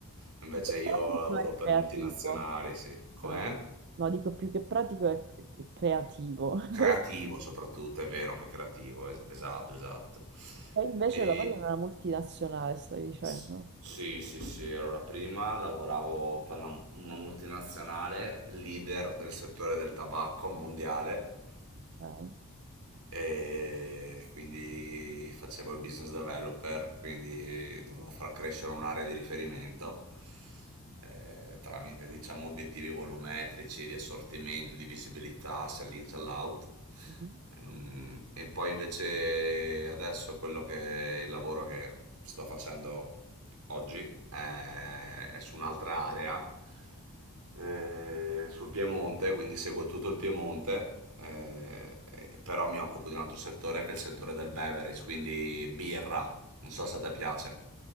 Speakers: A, on the right (about 80°); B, on the right (about 50°).
A: Invece
B: Il tuo
A: io
B: progetto
A: lavoro
B: è
A: per
B: creativo.
A: multinazionali, sì. Com'è?
B: Ah, No, dico più che pratico è è creativo. <laughs>
A: Creativo soprattutto, è vero, anche creativo, es- esatto, esatto.
B: E invece
A: E,
B: lavori in una multinazionale, stai dicendo?
A: s- sì, sì, sì, allora prima lavoravo per una, una multinazionale, leader del settore del tabacco mondiale,
B: Ok.
A: e quindi facevo il business developer, quindi dovevo far crescere un'area di riferimento eh, tramite diciamo obiettivi volumetrici di assortimento, di visibilità, sell-in, sell-out.
B: Mhm.
A: E non- e poi invece adesso quello che il lavoro che sto facendo oggi è, è su un'altra area eh, sul Piemonte, quindi seguo tutto il Piemonte, eh, però mi occupo di un altro settore che è il settore del beverage, quindi birra. Non so se a te piace.